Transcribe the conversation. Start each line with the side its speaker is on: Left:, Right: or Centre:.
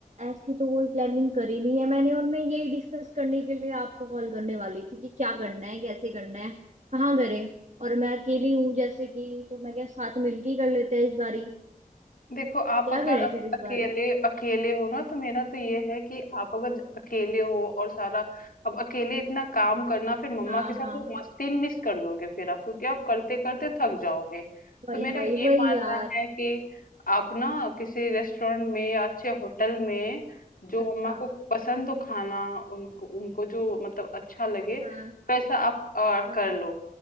Right: ऐसी तो कोई प्लानिंग करी नहीं है मैंने और मैं यही डिस्कस करने के लिए आपको कॉल करने वाली थी कि क्या करना है कैसे करना है कहाँ करें और मैं अकेली हूँ जैसे कि तो मैं क्या साथ मिलके ही कर लेते हैं इस बारी
Left: देखो आप
Right: क्या
Left: अगर
Right: करें
Left: अक-
Right: फिर इस
Left: अकेले
Right: बारी
Left: अकेले हो ना तो मेरा तो ये है कि आप अगर ज- अकेले हो और सारा अब अकेले इतना काम करना फिर मम्मा
Right: हाँ
Left: के साथ
Right: हाँ
Left: वो मस्ती मिस कर दोगे फिर आप क्योंकि आप करते करते थक जाओगे
Right: वही
Left: तो मेरा
Right: वही
Left: ये
Right: वही
Left: मानना
Right: यार
Left: है कि आप ना किसी रेस्टोरेंट में या अच्छे होटल में जो
Right: अच्छा
Left: मम्मा को पसंद हो खाना उनको उनको जो मतलब अच्छा लगे
Right: हाँ
Left: वैसा आप अ,
Right: हाँ
Left: कर लो